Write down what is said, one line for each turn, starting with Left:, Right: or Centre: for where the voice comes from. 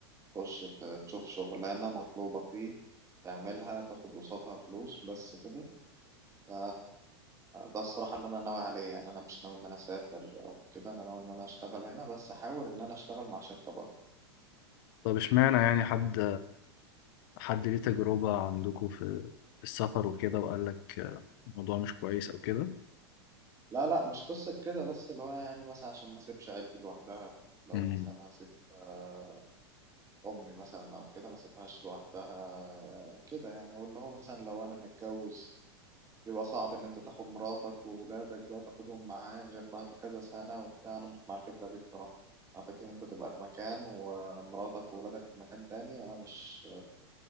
Right: تخش ت- تشوف شغلانة مطلوبة فيه تعملها تاخد قصادها فلوس بس كده ف- ده الصراحة اللي أنا ناوي عليه يعني أنا مش ناوي إن أنا أسافر أو كده أنا ناوي إن أنا أشتغل هنا بس أحاول إن أنا أشتغل مع شركة بره
Left: طب اشمعنى يعني حد حد ليه تجربة عندكم في في السفر وكده وقال لك آه، الموضوع مش كويس أو كده
Right: لا لا مش قصة كده بس اللي هو يعني مثلا عشان ما أسيبش عيلتي لوحدها لو
Left: مم.
Right: مثلا هسيب آه، امي مثلا او كده ما سيبهاش لوحدها كده يعني واللي هو مثلا لو انا متجوز بيبقى صعب ان انت تاخد مراتك وولادك بقى تاخدهم معاك غير بعد كذا سنة وبتاع انا مش مع الفكرة دي الصراحة مع فكرة ان انت تبقى في مكان ومراتك وولادك في مكان تاني انا مش